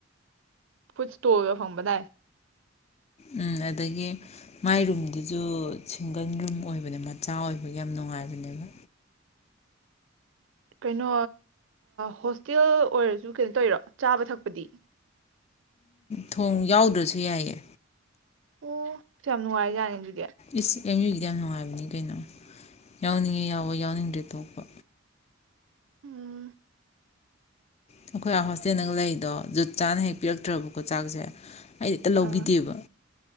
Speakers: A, on the right; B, on the left.
A: ꯐꯨꯠꯁ꯭ꯇꯣꯜꯒ ꯐꯝꯕꯗꯥꯏ
B: ꯎꯝ ꯑꯗꯒꯤ ꯃꯥꯏ ꯔꯨꯝꯗꯨꯁꯨ ꯁꯤꯡꯒꯜ ꯔꯨꯝ ꯑꯣꯏꯕꯅꯦ ꯃꯆꯥ ꯑꯣꯏꯕꯒꯤ ꯌꯥꯝ ꯅꯨꯡꯉꯥꯏꯕꯅꯦꯕ
A: ꯀꯩꯅꯣ ꯍꯣꯁꯇꯦꯜ ꯑꯣꯏꯔꯁꯨ ꯀꯩꯅꯣ ꯇꯧꯔꯤꯔꯣ ꯆꯥꯕ ꯊꯛꯄꯗꯤ
B: ꯊꯣꯡ ꯌꯥꯎꯗ꯭ꯔꯁꯨ ꯌꯥꯏꯌꯦ
A: ꯑꯣ ꯌꯥꯝ ꯅꯨꯡꯉꯥꯏꯖꯥꯠꯅꯤꯅ ꯑꯗꯨꯗꯤ
B: ꯏꯁ ꯑꯦꯝ ꯌꯨꯒꯤꯗꯤ ꯌꯥꯝ ꯅꯨꯡꯉꯥꯏꯕꯅꯤ ꯀꯩꯅꯣ ꯌꯥꯎꯅꯤꯡꯉꯦ- ꯌꯥꯎꯋꯦ ꯌꯥꯎꯅꯤꯡꯗ꯭ꯔꯦ ꯇꯣꯛꯄ
A: ꯎꯝ
B: ꯑꯩꯈꯣꯏ ꯍꯣꯁꯇꯦꯜꯗꯒ ꯂꯩꯗꯣ ꯖꯨꯠ ꯆꯥꯅ ꯍꯦꯛ ꯄꯤꯔꯛꯇ꯭ꯔꯕꯀꯣ ꯆꯥꯛꯁꯦ ꯑꯩꯗꯤ ꯍꯦꯛꯇ ꯂꯧꯕꯤꯗꯦꯕ
A: ꯑꯥ